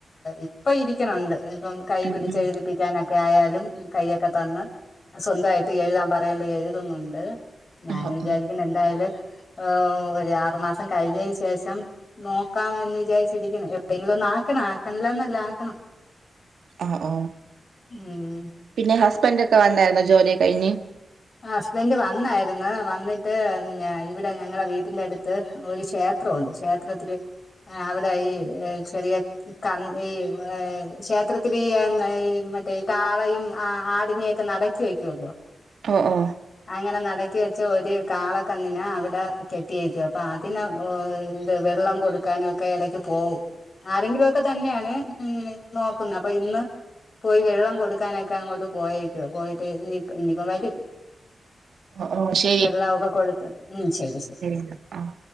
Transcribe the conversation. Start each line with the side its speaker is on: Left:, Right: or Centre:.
Left: ഇപ്പൊ ഇരിക്കണുണ്ട് ഇപ്പം കൈ
Right: ഉം
Left: പിടിച്ചെഴുതി
Right: ഉം
Left: പ്പിക്കാനൊക്കെ ആയാലും കൈയൊക്കെ തന്ന് സ്വന്തായിട്ട് എഴുതാൻ പറയുമ്പോ എഴുതുന്നുണ്ട്. ഞാന്
Right: ആഹ്
Left: വിചാരിക്കുന്നു
Right: ആഹ്
Left: എന്തായാലും ഒരു ആറു മാസം കഴിഞ്ഞതിന് ശേഷം നോക്കാം എന്ന് വിചാരിച്ചിരിക്കണ് എപ്പഴേങ്കിലും ഒന്നും ആക്കണം ആക്കണില്ലന്നല്ല ആക്കണം
Right: ആഹ് ഓ
Left: ഉം
Right: പിന്നെ ഹസ്ബൻഡ് ഒക്കെ വന്നായിരുന്നോ ജോലി കഴിഞ്ഞ്
Left: ഹസ്ബൻഡ് വന്നായിരുന്നു വന്നിട്ട് ഇവിടെ ഞങ്ങളുടെ വീട്ടിന്റെ അടുത്ത് ഒരു ക്ഷേത്രമുണ്ട് ക്ഷേത്രത്തിൽ അവിടെയി ചെറിയ ക ഈ ക്ഷേത്രത്തിൽ ഈ മറ്റേ കാളയും ആടിനെയൊക്കെ നടക്ക <unintelligible>
Right: ഓ ഓ
Left: അങ്ങനെ നടക്കി വെച്ച ഒര് കാളക്കന്നിനെ അവിടെ കെട്ടിയേക്കാ അപ്പൊ അതിന <unintelligible> ഇത് വെള്ളം കൊടുക്കാനൊക്കെ എടക്ക് പോവും. ആരെങ്കിലുമൊക്കെ തന്നെയാണ് നോക്കുന്നത് അപ്പൊ ഇന്ന് പോയി വെള്ളം കൊടുക്കാനൊക്കെ അങ്ങോട്ട് പോയേക്കാ പോയിട്ട് ഇനി ഇനിയിപ്പ വരും.
Right: ഓ ശെ
Left: വെള്ള ഓക്കെ കൊടുത്തു ഉം ശരി ശരി
Right: എന്നാ ആഹ്